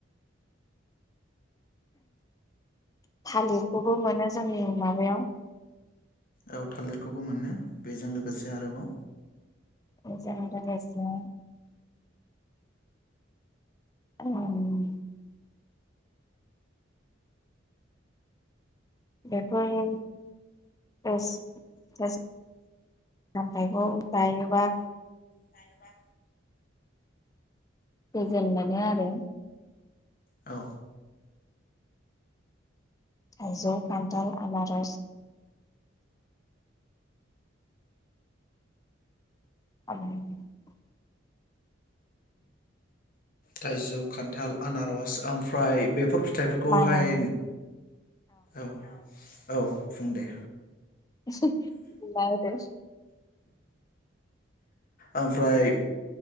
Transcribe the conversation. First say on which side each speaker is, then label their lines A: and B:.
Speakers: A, on the left; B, on the left.
A: <inaudible> थालिरखौबो मोनो जोंनि माबायाव
B: औ थालिरखौबो मोननो। बेजों लोगोसे आरोबाव
A: बेजों लोगोसे <unintelligible> बेफोर एस देस जाम्फाइखौ जायोबा
B: जायोबा
A: जेननानै आरो।
B: औ
A: थाइजौ खान्थाल आनार'स <unintelligible>
B: थाइजौ खान्थाल आनार'स ओमफ्राय बेफोर फि थाइफोरखौहाय
A: बानाना
B: औ औ बुं दे।
A: बुंना होदो।
B: ओमफ्राय